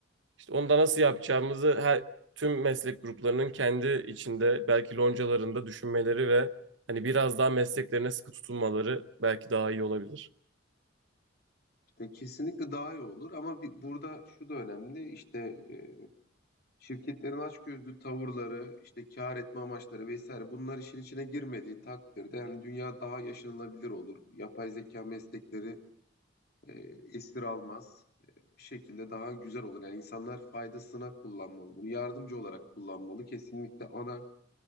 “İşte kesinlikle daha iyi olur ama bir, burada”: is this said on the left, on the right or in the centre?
Left